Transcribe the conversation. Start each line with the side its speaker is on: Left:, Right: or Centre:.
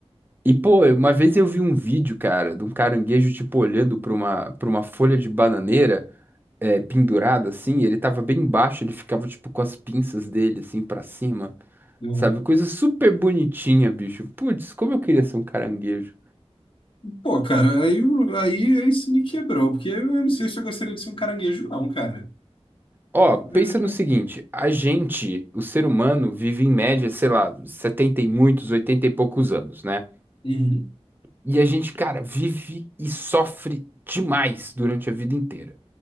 Right: E, pô, uma vez eu vi um vídeo, cara, de um caranguejo, tipo, olhando pra uma, pra uma folha de bananeira, é, pendurada, assim. Ele tava bem baixo, ele ficava, tipo, com as pinças dele, assim, pra cima.
Left: Aham.
Right: Sabe? Coisa super bonitinha, bicho. Putz, como eu queria ser um caranguejo.
Left: Pô, cara, aí, eu- aí, aí você me quebrou, porque eu não sei se eu gostaria de ser um caranguejo, não, cara.
Right: Ó,
Left: É,
Right: pensa no seguinte, a gente, o ser humano, vive em média, sei lá, 70 e muitos, 80 e poucos anos, né?
Left: uhum,
Right: E a gente, cara, vive e sofre demais durante a vida inteira.